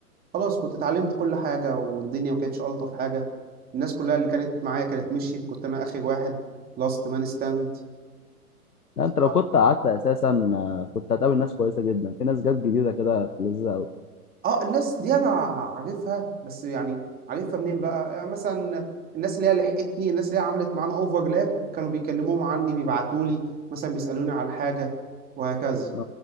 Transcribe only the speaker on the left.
لا انت لو
كنت قعدت اساسا آه، كنت هتقابل ناس كويسه جدا في ناس جت جديده كده لذيذه قوي
اه